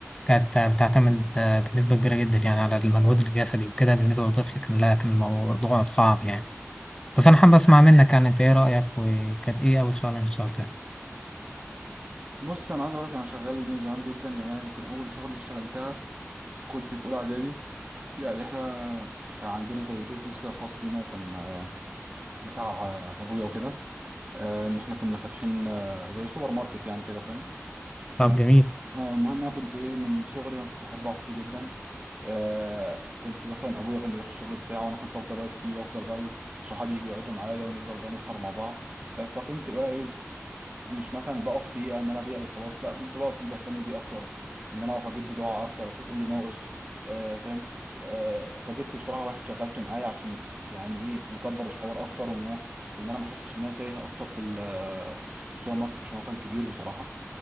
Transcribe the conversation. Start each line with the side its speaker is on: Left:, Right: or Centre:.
Left: كانت بتعتمد آه، بنسبة كبيرة جدا يعني على المجهود الجسدي وكده بالنسبة للطفل كان لا كان الموضوع صعب يعني بس انا حابب اسمع منك يعني انت ايه رأيك وكانت ايه اول شغلة انت اشتغلتها؟
Right: بص انا عايز اقول لك انا شغال من زمان جدا يعني انا يمكن اول شغل اشتغلتها كنت في اولى اعدادي يعني احنا كان عندنا زي بيزنس كده خاص بينا كان آه، بتاع آه، ابويا وكده آه، ان احنا كنا فاتحين آه، زي سوبر ماركت يعني كده فاهم ف-
Left: طب جميل
Right: اه المهم انا كنت ايه من صغري انا كنت بحب اقف فيه جدا آه كنت مثلا ابويا كان يروح الشغل بتاعه وانا كنت افضل واقف فيه وافضل بقى ايه صحابي يجوا يقعدوا معايا ونفضل بقى نسهر مع بعض آه فكنت بقى ايه مش مثلا بقف فيه ان انا ابيع وخلاص لا كنت بقف فيه بهتم بيه اكتر ان انا اقف اجيب بضاعه اكتر اشوف ايه اللي ناقص آه فاهم آه فجبت بصراحه واحد شغلته معايا عشان يعني ايه نكبر الحوار اكتر وان انا وان انا ما احسش ان انا تايه اكتر في ال- في الس- في السوبر ماركت عشان هو كان كبير بصراحه